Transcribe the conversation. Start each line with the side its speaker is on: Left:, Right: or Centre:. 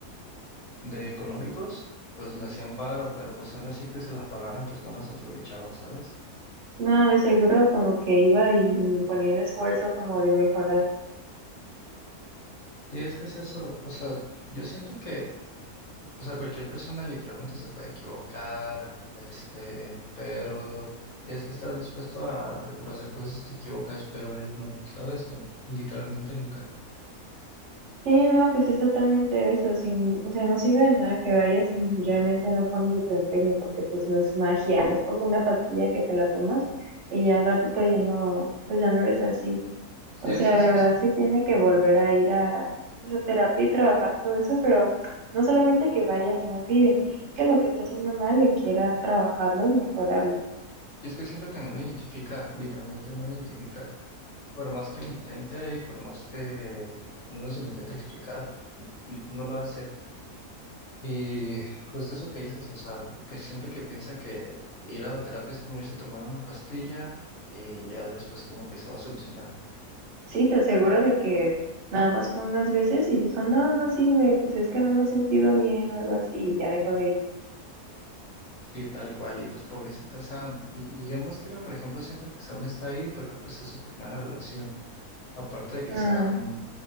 Left: de económicos, pues le hacían paro, pero pues aún así que se la pagaran, pues no las aprovechaba, ¿sabes?
Right: No, de seguro como que iba y ni ponía el esfuerzo como de mejorar.
Left: Sí, es que es eso, o sea, yo siento que, o sea, cualquier persona literalmente se puede equivocar, este, pero tienes que estar dispuesto a reconocer que a veces te equivocas, pero él no, ¿sabes? Literalmente nunca.
Right: Sí, no, pues es totalmente eso, sin, o sea, no sirve de nada que vayas y realmente no pones de tu empeño porque pues no es magia, no es como una pastilla que te la tomas y ya al ratito ya no, pues ya no eres así.
Left: Sí,
Right: O
Left: es
Right: sea,
Left: eso,
Right: de verdad
Left: o sea,
Right: sí tiene que volver a ir a esa terapia y trabajar todo eso, pero no solamente que vaya, sino que identifique lo que está haciendo mal y quiera trabajarlo y mejorarlo.
Left: y es que siento que no lo identifica, literalmente no lo identifica, por más que lo intente y por más que, como uno se lo intenta explicar, li- no lo hace. Y justo eso que dices, o sea, como que siento que piensa que ir a terapia es como irse a tomar una pastilla y ya después como que se va a solucionar.
Right: Sí, te aseguro de que nada más fue unas veces y dijo, no, no sirve, pues es que no me he sentido bien o algo así y ya dejó de ir.
Left: Sí, tal cual, y pues pobrecita Sam. Y, y yo más que nada, por ejemplo, siento que Sam está ahí porque pues es su primera relación. Aparte de que
Right: Mm,
Left: Sam,